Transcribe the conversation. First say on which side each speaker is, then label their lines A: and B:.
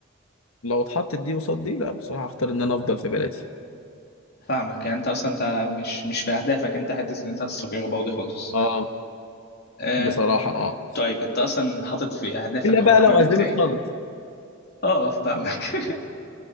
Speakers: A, on the left; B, on the left.
A: لو اتحطت دي وصاد دي لا بصراحه هختار ان انا افضل في بلدي
B: فاهمك يعني انت اصلا انت مش مش في اهدافك انت حته ان انت هتستقر برضه خالص
A: اه
B: آه،
A: بصراحة اه
B: طيب انت اصلا حاطط في اهدافك
A: الا
B: او
A: بقى
B: مهمك
A: لو ازمت
B: ايه
A: خالص
B: اه آه، فاهمك <laughs>